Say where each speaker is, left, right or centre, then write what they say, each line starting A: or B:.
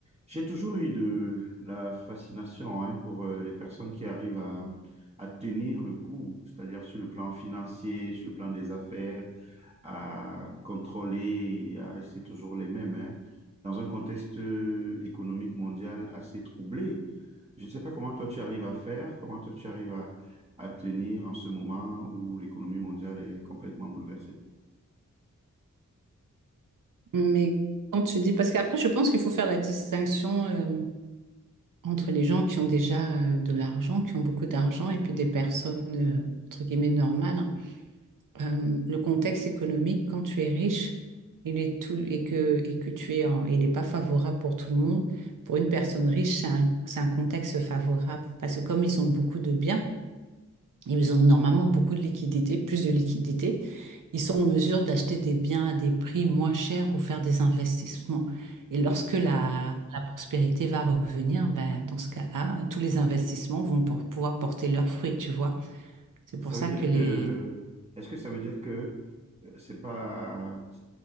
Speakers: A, on the right; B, on the right.
A: J'ai toujours eu de la fascination hein, pour euh, les personnes qui arrivent à, à tenir le coup, c'est-à-dire sur le plan financier, sur le plan des affaires, à contrôler et à rester toujours les mêmes, hein, dans un contexte euh, économique mondial assez troublé. Je ne sais pas comment toi tu arrives à faire, comment toi tu arrives à, à tenir en ce moment où l'économie mondiale est complètement bouleversée.
B: Mais quand tu dis, parce qu'après, je pense qu'il faut faire la distinction euh, entre les gens qui ont déjà euh, de l'argent, qui ont beaucoup d'argent, et puis des personnes, euh, entre guillemets, normales. hein. Euh, le contexte économique, quand tu es riche, il est tout, et que, et que tu es en- il n'est pas favorable pour tout le monde. Pour une personne riche, c'est un, c'est un contexte favorable, parce que comme ils ont beaucoup de biens, ils ont normalement beaucoup de liquidités, plus de liquidités. Ils sont en mesure d'acheter des biens à des prix moins chers ou faire des investissements. Et lorsque
A: Oui.
B: la, la prospérité va revenir, ben, dans ce cas-là, tous les investissements vont pour, pouvoir porter leurs fruits, tu vois. C'est
A: Ça
B: pour ça
A: veut dire
B: que les...
A: que, est-ce que ça veut dire que c'est pas